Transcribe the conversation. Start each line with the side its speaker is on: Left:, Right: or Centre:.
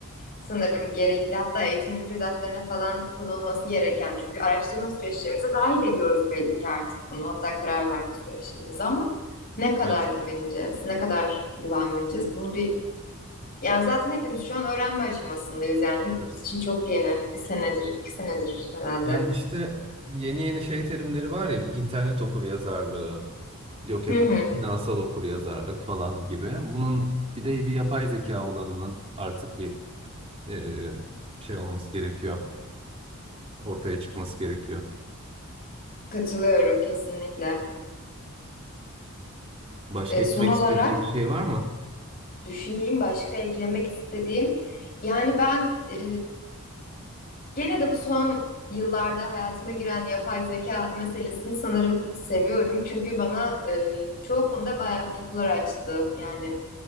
Left: sanırım gerekli. Hatta eğitim müfredatlarına falan konulması gereken. Çünkü araştırma süreçlerimize dahil ediyoruz belli ki artık bunu. Hatta karar verme süreçlerimize ama ne kadar
Right: Evet,
Left: güveneceğiz, ne kadar güvenmeyeceğiz bunu bir... Yani zaten hepimiz şu an öğrenme aşamasındayız. Yani hepimiz
Right: evet.
Left: için çok yeni. Bir senedir, iki senedir herhalde.
Right: Yani işte yeni yeni şey terimleri var ya, internet okur yazarlığı, yok efendim
Left: Hı hı.
Right: finansal okur yazarlık falan gibi. Bunun bir de bir yapay zeka olanının artık bir e, şey olması gerekiyor, ortaya çıkması gerekiyor.
Left: Katılıyorum kesinlikle.
Right: Başka
Left: E,
Right: eklemek
Left: son olarak
Right: istediğim bir şey var mı?
Left: Düşüneyim başka eklemek istediğim. Yani ben e, gene de bu son yıllarda hayatıma giren yapay zeka meselesini sanırım seviyorum. Çünkü bana e, çoğu konuda bayağı ufuklar açtı. Yani